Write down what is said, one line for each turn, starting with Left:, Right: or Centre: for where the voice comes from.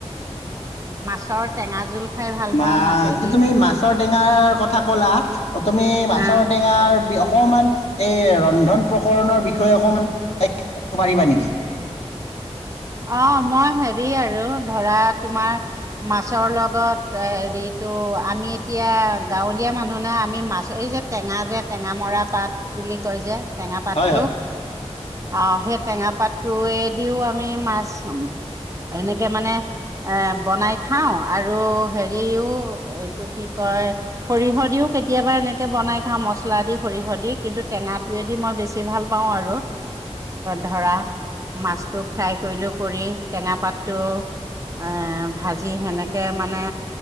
Right: মাছৰ টেঙা জোল। খাই ভাল
Left: মাছ
Right: পাওঁ মাছেদি
Left: তুমি মাছৰ টেঙাৰ কথা ক'লা তুমি মাছৰ
Right: অ
Left: টেঙাৰ বিষ অস- অকণমান এই ৰন্ধন প্ৰকৰণৰ বিষয়ে অকণমান ক'ব পাৰিবা নেকি?
Right: অ মই হেৰি আৰু ধৰা তোমাৰ মাছৰ লগত হেৰিটো আমি এতিয়া গাঁৱলীয়া মানুহ না আমি মাছ এই যে টেঙা যে টেঙা মৰা পাত বুলি কয় যে। টেঙা পাতটো।
Left: হয় হয়
Right: অ সেই টেঙা পাতটোৱে দিও আক আমি মাছ এনেকে মানে এ বনাই খাওঁ আৰু হেৰিও এইটো কি কয় সৰিয়হ দিও কেতিয়াবা এনেকে বনাই খাওঁ মছলা দি সৰিয়হ দি কিন্তু টেঙা টোৱেদি মই বেছি ভাল পাওঁ আৰু ধৰা মাছ। টো ফ্ৰাই কৰিলো কৰি টেঙা পাতটো এ ভাজি সেনেকে মানে